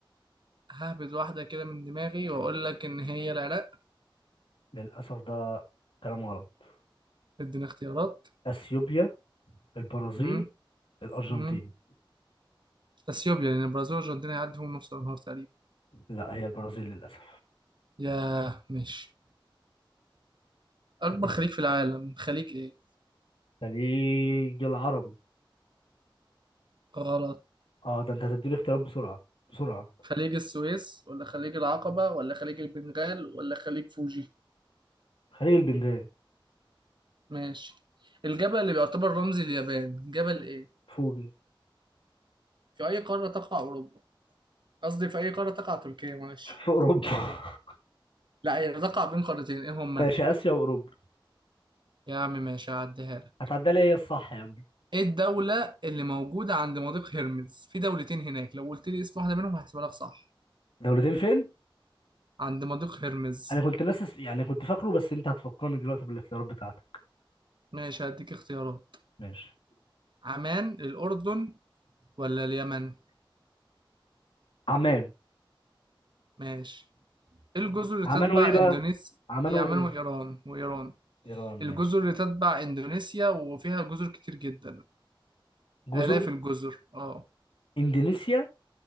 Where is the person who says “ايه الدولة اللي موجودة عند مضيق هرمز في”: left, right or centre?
Right